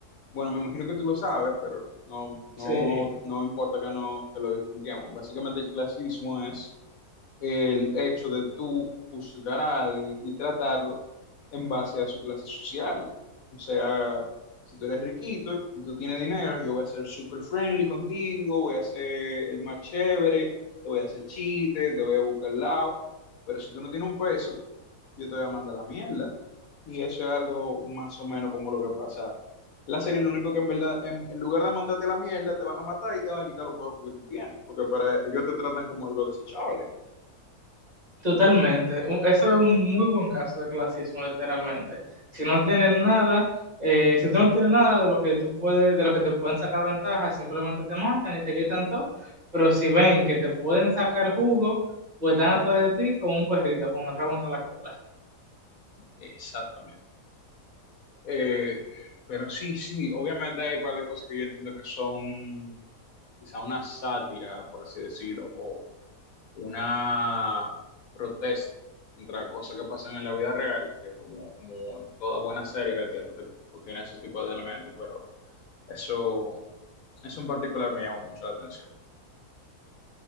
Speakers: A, on the left; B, on the right.
A: Bueno, me imagino que tú lo sabes, pero no, no,
B: Sí.
A: no importa que no que lo expliquemos. Básicamente el clasismo es el hecho de tú juzgar a alguien y tratarlo en base a su clase social. O sea, si tú eres riquito y tú tienes dinero, yo voy a ser super friendly contigo, voy a ser el más chévere, te voy a hacer chistes, te voy a buscar al lado. Pero si tú no tienes un peso, yo te voy a mandar la mierda. Y eso es algo más o menos como lo que pasa. La serie, lo único que en verdad, en, en lugar de mandarte la mierda, te van a matar y te van a quitar los poderes que tú tienes, porque para ellos te tratan como algo desechable.
B: Totalmente. U- Eso es un muy buen caso de clasismo, literalmente. Si no tienes nada, eh, si tú no tienes nada de lo que tú puedes, de lo que te pueden sacar ventaja, simplemente te matan y te quitan todo. Pero si ven que te pueden sacar jugo, pues están atrás de ti como un perrito con el rabo entre la cola.
A: Exactamente. Eh, pero sí, sí, obviamente hay un par de cosas que yo entiendo que son quizá una sátira, por así decirlo, o una protesta contra cosas que pasan en la vida real, que como, como toda buena serie que tiene, que contiene esos tipos de elementos, pero eso, eso en particular me llama mucho la atención.